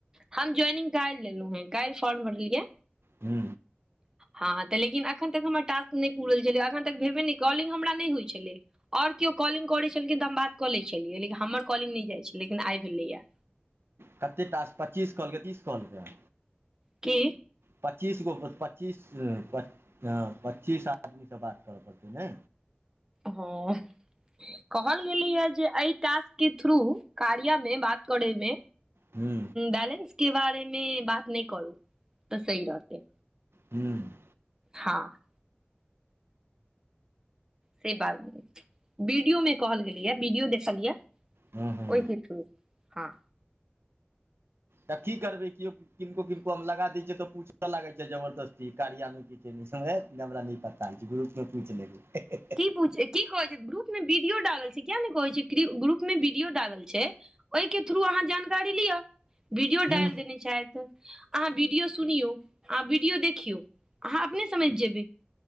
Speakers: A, on the right; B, on the right.
A: हम जाइनिंग काल्ह लेलहु है काल्ह फॉर्म भरलियै
B: हू
A: हँ तऽ लेकिन अखन तक हमर टास् नहि पूरल छलै एखन तक भेबे नहि कॉलिंग हमरा नहि होइ छलै ओर केओ कॉलिंग करैत छलखिन तऽ हम बात कऽ लै छलियै लेकिन हमर कॉलिंग नहि जाइत छल लेकिन आइ भेलैए
B: कते ास पच्चीस कहलकै तीस कहलकै
A: की
B: पच्चीस गो पच्चीस पच पच्चीस आदमीसँ बात करऽ पड़तै ने
A: हँ कहल गेलीयए जे एहि टास्क के थ्रू कार्यमे बात करयमे
B: हूँ
A: बैलेंस के बारेमे बात नहि करू तऽ सही रहतै
B: हूँ
A: हँ से बात वीडियो मे कहल गेलै या वीडियो देखल यए
B: हूँ हूँ
A: ओहि कत हँ
B: तब की करबै केओ किनको किनको हम लगा दै छ तऽ पूछ लागै छै जबरदस्ती कारियामे की हमरा पता होइ छै ग्रुप मे पूछि लेबै
A: की पूछ की कहे छै ग्रुप में वीडियो डालल छै किया ने कहै छै ग्रुप में वीडियो डालल छै ओहि के थ्रू अहाँ जानकारी लिअ वीडियो
B: हुँ
A: डाल देने छै तऽ अहाँ वीडियो सुनियौ अहाँ वीडियो देखियौ अहाँ अपने समैझ जेबै